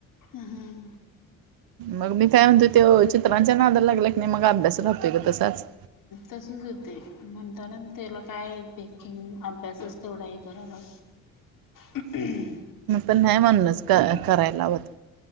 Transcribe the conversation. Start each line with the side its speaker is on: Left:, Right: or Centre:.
Left: हां हां.
Right: मग मी काय म्हणतोय ते चित्रांच्या नादला लागल्या की नाही मग अभ्यास राहतोय का तसाच.
Left: तसंच होते म्हणताना त्याला काय पेकिंग अभ्यासच तेव्हडा हे करायला
Right: <inaudible>
Left: हम्म.
Right: म्हणतान नाही म्हणलाच क करायला लावत.